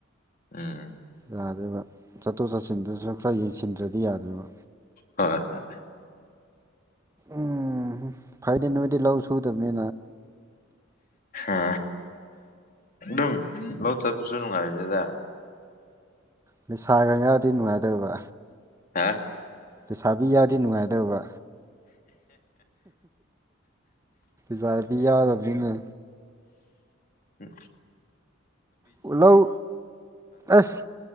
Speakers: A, on the left; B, on the right.
A: ꯎꯝ
B: ꯌꯥꯗꯦꯕ ꯆꯠꯊꯣꯛ ꯆꯠꯁꯤꯟꯗꯨꯁꯨ ꯈꯔ ꯌꯦꯡꯁꯤꯟꯗ꯭ꯔꯗꯤ ꯌꯥꯗꯦꯕ
A: ꯍꯣꯏ ꯍꯣꯏ
B: ꯎꯝ ꯐꯥꯏꯗꯦ ꯅꯅꯨꯡꯣꯏꯗꯤ ꯂꯥꯎꯁꯨꯨ ꯇꯝꯅꯤ
A: ꯑ ꯑꯗꯨꯝ ꯂꯧ ꯆ ꯁꯨ ꯅꯅꯨꯡꯉꯥꯏꯅꯤꯗ
B: ꯂꯩꯁꯥꯒ ꯌꯥꯔꯗꯤ ꯅꯨꯡꯉꯥꯏꯇꯕ
A: ꯍꯥ
B: ꯄꯩꯁꯥꯕꯤ ꯌꯥꯔꯗꯤ ꯅꯨꯡꯉꯥꯏꯗꯕ ꯆꯔꯦꯄꯤꯤ ꯌꯥꯗ ꯑꯗꯨꯕꯅꯤꯅꯦ
A: ꯎꯝ
B: ꯑꯣꯂ ꯑꯁ